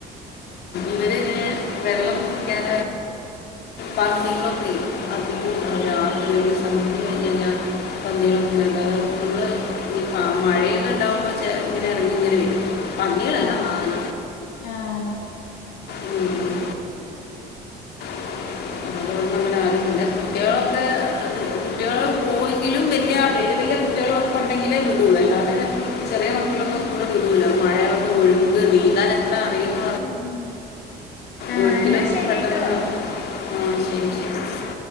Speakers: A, on the left; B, on the left.
A: ഇവരെ ഇങ്ങനെ വെള്ളം കുടിക്കാൻ പതിി. കളൊക്കെ അധ രാത്രി ഒരു സന്ധി വഴ പികളൊക്കെത് നമ്മള് ഈ മഴയൊക്കെ ഉണ്ടാവുമ്പോ ഇങ്ങനെ ഇറങ്ങിങ്ങനെ വരും പന്നികളല്ല
B: ആഹ്
A: മാന
B: ആനാ
A: ഉം ഉ
B: ആഹ്
A: <inaudible>
B: ഉം ഉം ആഹ്
A: ഒഴുക്കിലൊന്നും
B: എന്നാ ശരിട്ടോ
A: പെട്ടെന്ന് ന ആഹ് ശരി ശരി